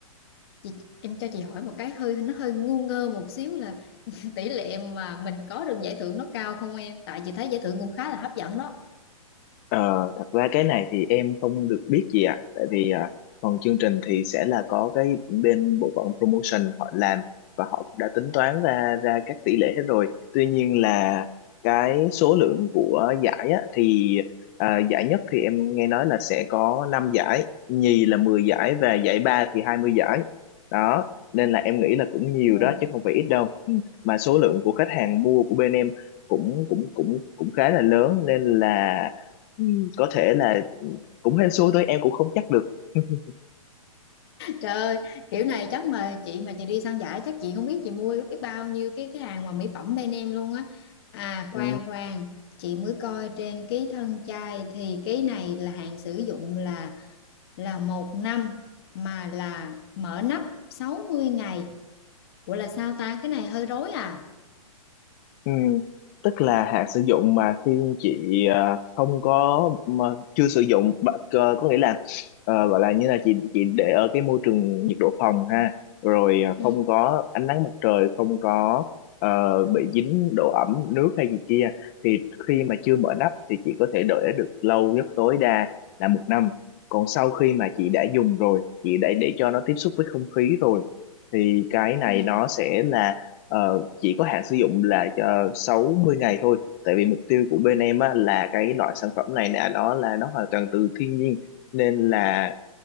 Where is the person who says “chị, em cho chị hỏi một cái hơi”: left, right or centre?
Left